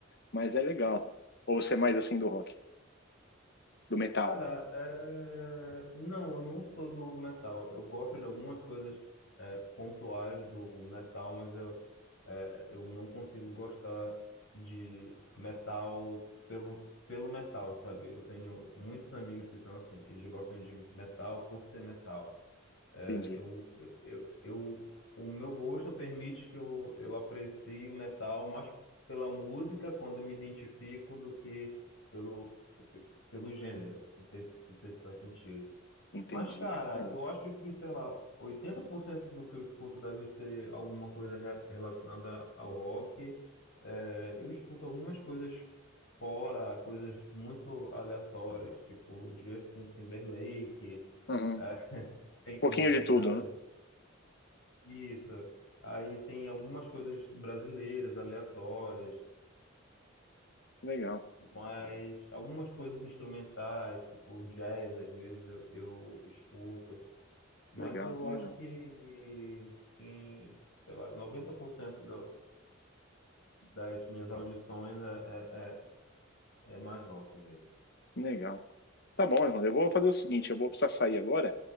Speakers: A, on the left (about 55°); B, on the left (about 75°).
A: mas é legal. Ou você é mais assim do rock, do metal?
B: Cara, é... não, eu não sou do metal. Eu gosto de algumas coisas é, pontuais do metal, mas eu, é, eu não consigo gostar de metal pelo, pelo metal, sabe? Eu tenho muitos amigos que são assim, que eles gostam de metal por ser metal. É,
A: Entendi,
B: eu, eu, eu, o meu gosto permite que eu, eu aprecie o metal mais pela música quando eu me identifico do que pelo, pelo gênero. Não sei, não sei se faz sentido.
A: entendi.
B: Mas, cara,
A: entendi.
B: eu acho que, sei lá, 80% do que eu escuto deve ser alguma coisa re- relacionada ao rock. É, eu escuto algumas coisas fora, coisas muito aleatórias, tipo Justin Timberlake,
A: Uhum.
B: é,
A: Um
B: <laughs> que tem,
A: pouquinho
B: que não tem
A: de tudo,
B: nada
A: né?
B: isso. Aí tem algumas coisas brasileiras, aleatórias,
A: Legal,
B: mas algumas coisas instrumentais, tipo jazz, às vezes eu, eu escuto. Mas
A: legal,
B: eu
A: legal.
B: acho que em, sei lá, 90% do, das minhas audições é, é, é é mais rock mesmo.
A: Legal. Tá bom, irmão. Eu vou fazer o seguinte, eu vou precisar sair agora.